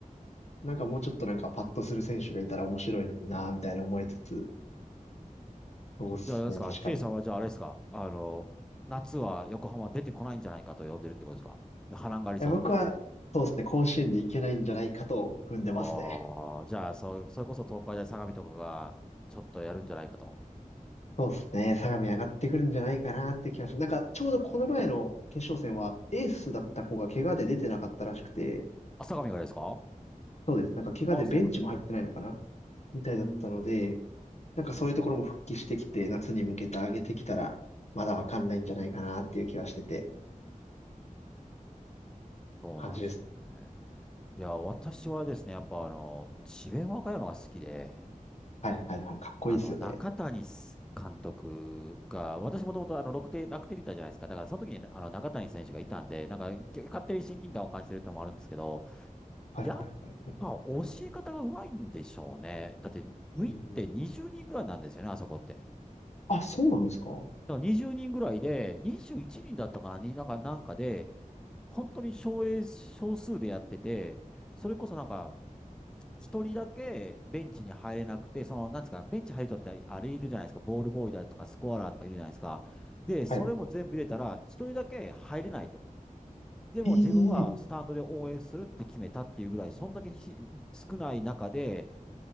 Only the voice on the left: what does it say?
なんかもうちょっとなんかパッとする選手がいたら面白いのになぁみたいな思いつつ、
そうっすね、
確かに。
い
や、僕は、そうっすね、甲子園に行けないんじゃないかと踏んでますね。
そうっすね、相模上がってくるんじゃないかなって気がします。なんかちょうどこの前の決勝戦はエースだった子が怪我で出てなかったらしくて、
そうです、なんか怪我でベンチも入ってないのかな
みたいだったので、
なんかそういうところも復帰してきて、夏に向けて上げてきたら、まだわかんないんじゃないかなっていう気はしてて、
感じですね
はいはいはい。かっこいいですよね。
はいはいはいはい。
うん。
あ、そうなんですかは
い。
ええ